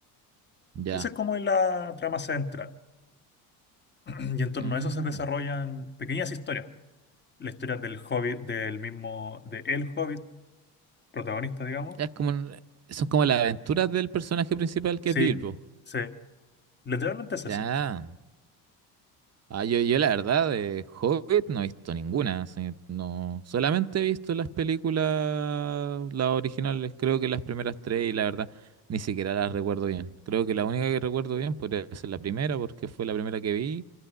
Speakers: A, on the right; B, on the left.
A: ya.
B: Esa es como la trama central. <clears throat> Y en torno
A: Mm.
B: a eso se desarrollan pequeñas historias. La historia del hobbit, del mismo, de El Hobbit, protagonista, digamos
A: Es como, un- son como las aventuras del personaje principal que
B: Sí,
A: es Bilbo.
B: sí, literalmente es eso,
A: Ya. Ah, yo, yo la verdad de Hobbit no he visto ninguna. así, no, solamente he visto las películas, las originales, creo que las primeras tres y la verdad ni siquiera las recuerdo bien. Creo que la única que recuerdo bien podría ser la primera porque fue la primera que vi